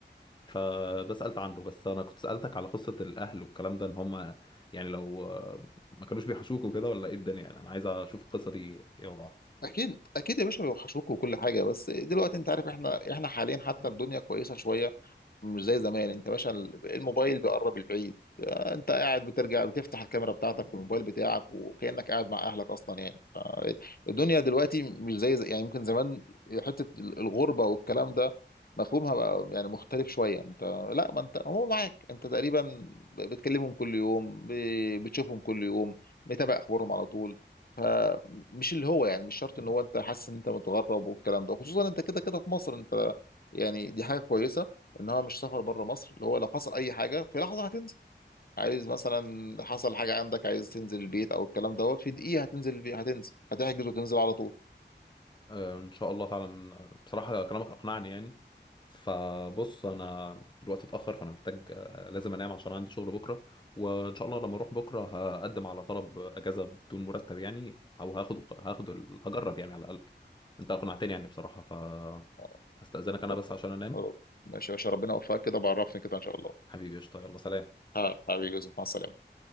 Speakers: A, on the left; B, on the left.
A: فده سالت عنه بس انا كنت سالتك على قصه الاهل والكلام ده ان هم يعني لو آه، ما كانوش بيحشوك وكده ولا ايه الدنيا يعني انا عايز اشوف القصه دي ايه وضعها
B: اكيد اكيد يا باشا بيوحشوك وكل حاجه بس دلوقتي انت عارف احنا احنا حاليا حتى الدنيا كويسه شويه مش زي زمان انت باشا ال- الموبايل بيقرب البعيد آه، انت قاعد بترجع بتفتح الكاميرا بتاعتك والموبايل بتاعك وكأنك قاعد مع اهلك اصلا يعني آه، الدنيا دلوقتي مش زي زي- يعني يمكن زمان حتة ال- الغربة والكلام ده مفهومها بقى يعني مختلف شوية انت لا ما انت هو معاك انت تقريبا بتكلمهم كل يوم ب- بتشوفهم كل يوم متابع اخبارهم على طول فمش اللي هو يعني مش شرط ان هو انت حاسس ان انت متغرب والكلام ده خصوصا انت كده كده في مصر انت يعني دي حاجة كويسة انها مش سفر بره مصر اللي هو لو حصل اي حاجه في لحظه هتنزل عايز مثلا حصل حاجه عندك عايز تنزل البيت او الكلام دوت في دقيقه هتنزل البيت هتنزل هتحجز وتنزل على طول
A: آه، ان شاء الله فعلا بصراحة كلامك اقنعني يعني فبص انا الوقت اتأخر فانا محتاج آه، لازم انام عشان عندي شغل بكرة وان شاء الله لما اروح بكرة هقدم على طلب اجازة بدون مرتب يعني او هاخد هاخد ال- هجرب يعني على الاقل انت اقنعتني يعني بصراحة ف
B: آه،
A: هستأذنك انا
B: رب
A: بس عشان انام
B: رب ماشي يا باشا ربنا يوفقك كده بعرفني كده ان شاء الله
A: حبيبي قشطة يلا سلام
B: ها- حبيبي يوسف مع السلامه